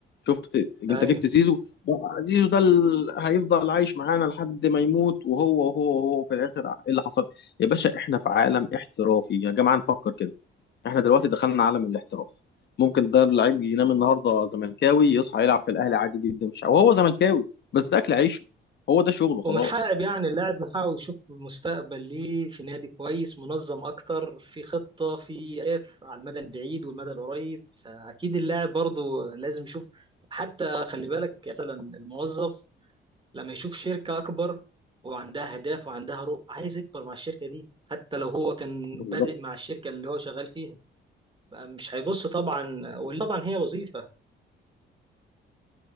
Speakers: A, on the left (about 60°); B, on the right (about 25°).
A: شفت انت
B: ايوه
A: جبت زيزو زيزو ده ال- هيفضل عايش معانا لحد ما يموت وهو وهو وهو في الاخر ايه اللي حصل يا باشا احنا في عالم احترافي يا جماعه نفكر كده احنا دلوقتي دخلنا عالم الاحتراف ممكن ده اللعيب ينام النهارده زملكاوي يصحى يلعب في الاهلي عادي جدا مش وهو زملكاوي بس ده اكل عيشه هو ده شغله خلاص
B: ومن حقق يعني اللاعب من حقه يشوف مستقبل ليه في نادي كويس منظم اكتر في خطة في اهداف على المدى البعيد والمدى القريب فاكيد اللاعب برضه لازم يشوف حتى خلي بالك مثلا الموظف لما يشوف شركة اكبر وعندها اهداف وعندها رؤى عايز يكبر مع الشركة دي حتى لو هو كان
A: بالظبط
B: بادئ مع الشركة اللي هو شغال فيها مش هيبص طبعا وطبعا هي وظيفة